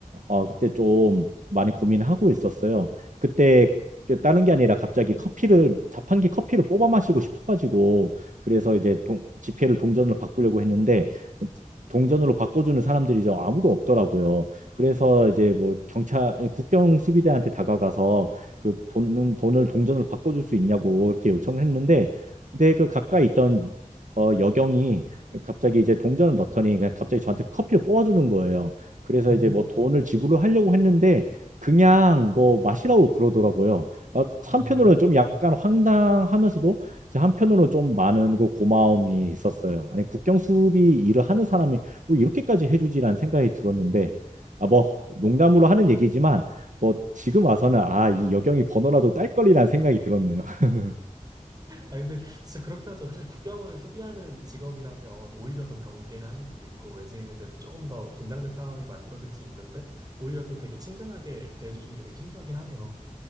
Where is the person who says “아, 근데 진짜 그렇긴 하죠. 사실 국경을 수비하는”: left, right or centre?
Right